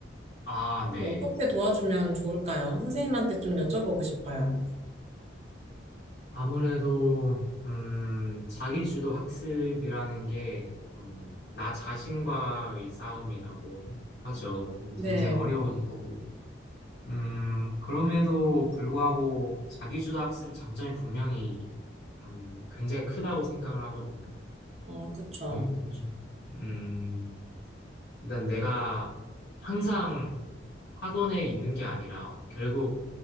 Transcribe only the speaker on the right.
근데
어떻게 도와주면 좋을까요? 선생님한테 좀 여쭤보고 싶어요.
네.
어, 그쵸.